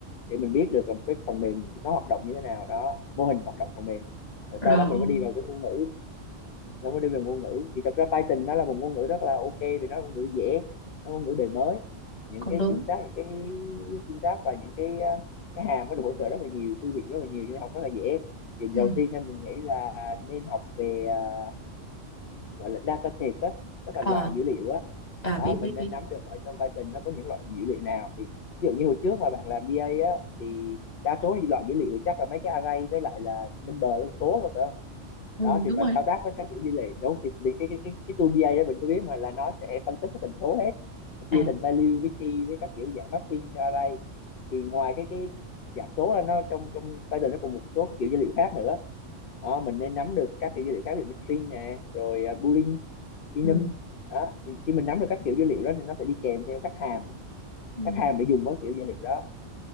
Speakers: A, on the left; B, on the left.
A: để mình biết được là một cái phần mềm nó hoạt động như thế nào đó mô hình hoạt động phần mềm rồi
B: rồi
A: sau đó mình mới đi vào cái ngôn ngữ nó mới đi vào ngôn ngữ thì thật ra Python nó là một ngôn ngữ rất là ok vì nó là ngôn ngữ dễ nó là ngôn ngữ đời mới những
B: cũng
A: cái
B: đúng
A: syntax những cái syntax và những cái ờ, cái hàm nó được hỗ trợ rất là nhiều thư viện rất là nhiều cho nên học rất là dễ thì đầu
B: ừ
A: tiên theo mình nghĩ là nên học về à, gọi là data type á tức là
B: ờ
A: loại dữ liệu á
B: à
A: đó
B: biết
A: mình
B: biết
A: nên
B: biết
A: nắm được ở trong Python nó có những loại dữ liệu nào thì ví dụ như hồi trước mà bạn làm DA á thì đa số thì loại dữ liệu chắc là mấy cái array với lại là number con số rồi phải không
B: ừ,
A: đó thì
B: đúng
A: mình
B: rồi
A: thao tác với các kiểu dữ liệu đúng không? thì vì cái cái cái cái tool DA đó mình có biết mà là nó sẽ phân tích cái thành số hết chia
B: à
A: thành value với key với các kiểu dạng mapping theo array thì ngoài cái cái giảm số ra nó trong trong Python nó còn một số cái kiểu dữ liệu khác nữa đó, mình nên nắm được các kiểu dữ liệu khác ví dụ như string nè rồi à, boolean enum
B: ừ
A: đó thì khi mình nắm được các kiểu dữ liệu đó thì nó sẽ đi kèm theo các hàm
B: ừ.
A: các hàm để dùng với kiểu dữ liệu đó